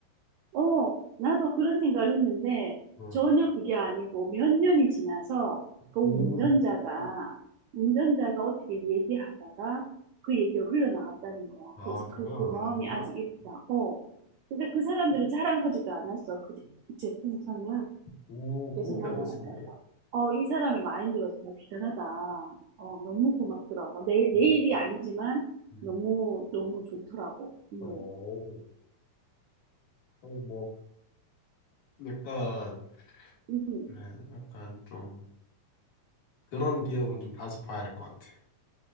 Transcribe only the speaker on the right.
어, 나도 그런 생각을 했는데
전혀 그게 아니고 몇 년이 지나서 그
어, 운전자가 운전자가 어떻게 얘기하다가 그 얘기가 흘러나왔다는 거야.
그래서
그 고마움이 아직 아, 있다. 어. 근데 그 사람들은 자랑하지도 않았어. 그, 제 풍선은.
그래서
나는
어, 어, 이 사람의 마인드가 정말 대단하다. 어, 너무 고맙더라고. 내, 내
일이 아니지만
너무 너무 좋더라고. 음.
음.